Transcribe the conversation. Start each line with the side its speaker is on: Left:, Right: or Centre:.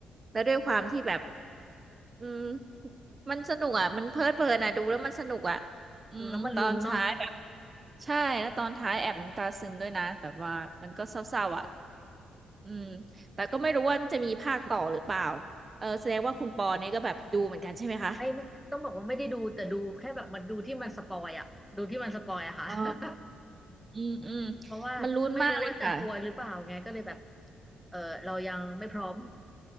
Right: แล้วด้วยความที่แบบอืมมันสนุกอ่ะมันเพลิดเพลินอ่ะดูแล้วมันสนุกอ่ะอืมตอนท้ายแบบ
Centre: ดูแล้วมันลุ้นเนาะ
Right: ใช่แล้วตอนท้ายแอบน้ำตาซึมด้วยนะแบบว่ามันก็เศร้าๆอ่ะ อืมแต่ก็ไม่รู้ว่าจะมีภาคต่อหรือเปล่าเออแสดงว่าคุณปอนี่ก็แบบดูเหมือนกันใช่ไหมคะ
Centre: ไม่ไม่ต้องบอกว่าไม่ได้ดูแต่ดูแค่แบบมันดูที่มันสปอยอะดูที่มันสปอยอะค่ะ
Right: อ๋อ
Centre: <laughs>
Right: อืมอืม
Centre: เพราะว่าไม่รู้ว่าจะกลัวหรือเปล่าไงก็เลยแบบ
Right: มันลุ้นมากเลยค่ะ
Centre: เออเรายังไม่พร้อม